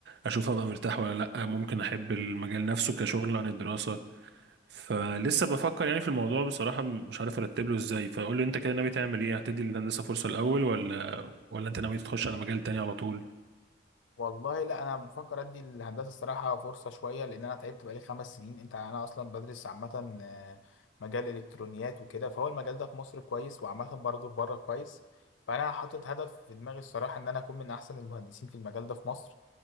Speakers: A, on the right; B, on the left.
A: أشوف هبقى مرتاح ولا لأ ممكن أحب المجال نفسه كشغل عن الدراسة فلسه بفكر يعني في الموضوع بصراحة مش عارف ارتب له ازاي فقول لي انت كده ناوي تعمل ايه هتدي الهندسة فرصة الاول ولا ولا انت ناوي تخش على مجال تاني على طول
B: والله لا انا بفكر ادي الهندسه الصراحه فرصه شويه لان انا تعبت بقالي خمس سنين انت يعني انا اصلا بدرس عامه آه، مجال الالكترونيات وكده فهو المجال ده في مصر كويس وعامه برضه في بره كويس فانا حاطط هدف في دماغي الصراحه ان انا اكون من احسن المهندسين في المجال ده في مصر